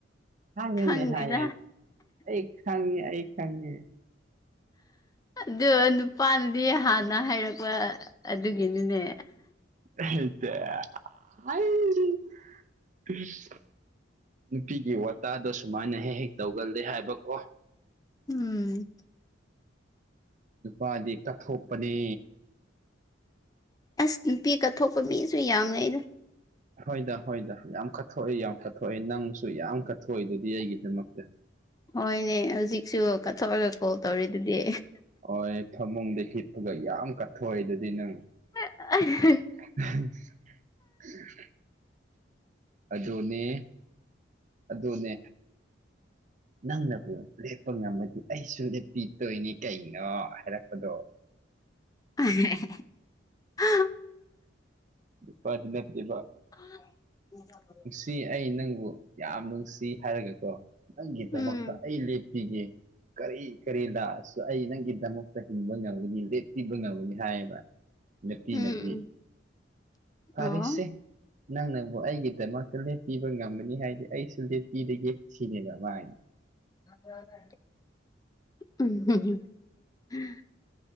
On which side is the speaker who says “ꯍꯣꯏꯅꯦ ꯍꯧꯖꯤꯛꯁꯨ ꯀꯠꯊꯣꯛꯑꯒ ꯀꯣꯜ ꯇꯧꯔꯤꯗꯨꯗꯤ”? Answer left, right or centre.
Left